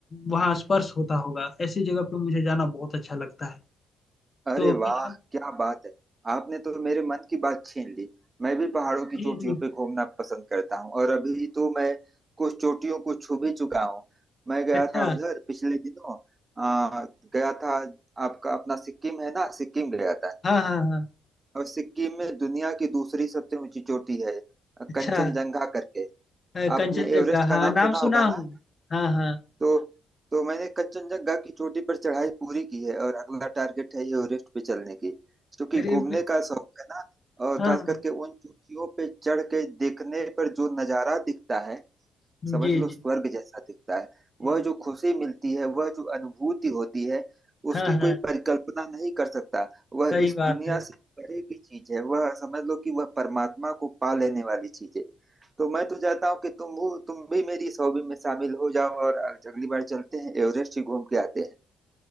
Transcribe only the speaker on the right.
अरे
वाह
क्या बात है आपने तो मेरे मन की बात छीन ली मैं भी पहाड़ों की
चोटियों
पे घूमना पसंद करता हूँ और अभी तो मैं कुछ चोटियों को छू भी चुका हूँ मैं गया
था उधर पिछले दिनों आ, गया था आपका अपना सिक्किम है ना सिक्किम गया था
और सिक्किम में दुनिया की दूसरी सबसे ऊंची चोटी है
कंचनजंगा करके
आपने एवरेस्ट का
नाम
सुना
होगा
ना
तो तो मैंने कंचनजंगा की चोटी पर चढ़ाई पूरी की है और अगला टारगेट है एवरेस्ट पे चलने की क्योंकि
घूमने
का शौक है ना और
खास
करके उन चोटियों पे चढ़ के देखने पर जो नजारा दिखता है समझ
लो
स्वर्ग जैसा दिखता है
वह जो खुशी मिलती है वह जो अनुभूति होती है
उसकी
कोई परिकल्पना नहीं कर सकता वह
इस
दुनिया
से परे की चीज है वह समझ लो कि वह परमात्मा को पा लेने वाली चीज है तो मैं तो चाहता हूँ कि तुम हो तुम भी मेरी इस हॉबी में शामिल हो जाओ और अगली बार चलते हैं एवरेस्ट ही घूम के आते हैं